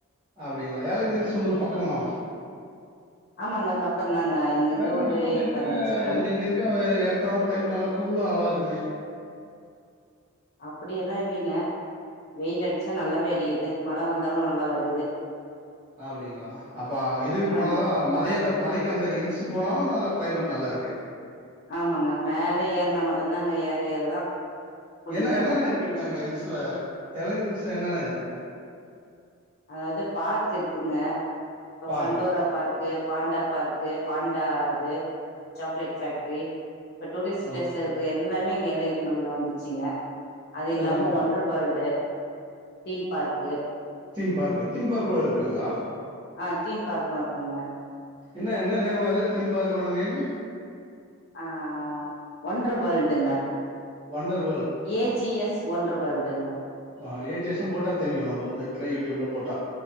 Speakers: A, on the right (about 20°); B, on the left (about 45°).
A: அப்டிங்ளா ஏலகிரில்ஸ் உங்ளுக் பக் கம்மா
B: ஆமாங்க பக்கம்தாங்க இங்கிருந்து
A: க்ளைமேட்
B: ஒரு
A: இப்ப நீ இருக்க
B: பதினஞ்சு கிலோமீட்டர்
A: நீங்க இருக்க எட்த்த க்ளைமேட் நல்லா கூலா நல்லா இருக்கு குமே
B: அப்படி எல்லா இல்லைங்க வெயில் அடிச்சா நல்லாவே அடிக்குது மழ வந்தாலு நல்லா வருது
A: அப்டிங்ளா அப்ப இதுக்கு போனாதா
B: ஆமா
A: மலையான்ட மலைக்கு அந்த ஹில்ஸ் போனா நல்லா கிளைமேட் நல்லா இருக்கு
B: ஆமாங்க மேல ஏறுனா மட்டுந்தாங்க ஏ ற ஏறதா கூலிங்கா
A: என்ன என்னென்ன
B: இருக்கு
A: இருக்குங்க அங்க ஹில்ஸ்ல எலகு ஹில்ஸ்ல என்னென்ன இருக் குங்க
B: அதாது பார்க் இருக்குங்க இப்ப
A: park.
B: Pandora park panda park panda அது சாக்லேட் ஃபேக்ட்ரி இப்ப டூரிஸ்ட் பிலேஸ்ல
A: ஓகே.
B: இருக்கற எல்லா மே இங்க ஏலகிரி மலையில வந்துச்சுங்க அது இல்லாம
A: எல்லாமே
B: wonder world theme park
A: theme park திம்பார்க்குட இருக்குங்ளா
B: அ தீம் பார்க்கு இருக்குங்க
A: என்ன என்ன நேமுங்க அது தீம் பார்க்கோட நேமு
B: ஆ ஒன்று வேல்டுங்க
A: வண்டர்
B: ஏஜிஎஸ் ஒன்று வேல்டுங்க
A: ஆ ஏஜிஎஸ்ன் போட்டா தெரியு நம்போ நெட்ல யூட்யூப்ல போட்டா